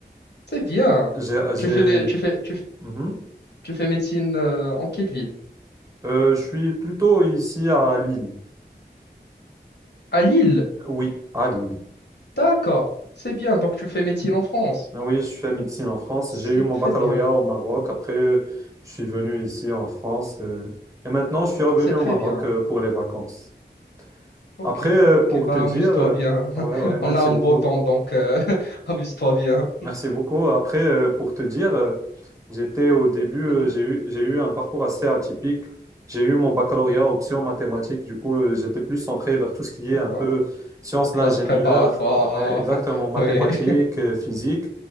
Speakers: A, on the left; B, on the right.
A: c'est bien.
B: J'ai, j'ai-
A: Tu fais, tu fais, tu, f-
B: mhm.
A: tu fais médecine euh, en quelle ville?
B: Euh, je suis plutôt ici à Lille.
A: À Lille.
B: Oui, à Lille.
A: D'accord, c'est bien. Donc, tu fais médecine en France.
B: Ah Oui, je fais médecine en France.
A: C'est
B: J'ai eu mon
A: très
B: baccalauréat
A: bien.
B: au Maroc. Après, je suis venu ici en France. euh, et maintenant, je suis revenu
A: C'est
B: au
A: très
B: Maroc
A: bien.
B: euh, pour les vacances.
A: Ok,
B: Après, euh,
A: ok,
B: pour
A: bah
B: te dire,
A: amuse-toi
B: euh,
A: bien. <laughs>
B: ouais, ouais, merci
A: On a un
B: beaucoup.
A: beau temps, donc euh, <laughs> amuse-toi bien.
B: Merci beaucoup. Après, euh, pour te dire, euh, j'étais au début, euh,
A: Mhm,
B: j'ai eu, j'ai eu un parcours assez atypique. J'ai eu mon baccalauréat
A: mhm,
B: option mathématiques. Du coup, euh, j'étais plus centré vers tout ce qui
A: D'accord.
B: est un peu sciences de
A: Classe
B: l'ingénieur.
A: préparatoire.
B: Ouais, exactement, mathématiques,
A: <laughs>
B: euh, physique.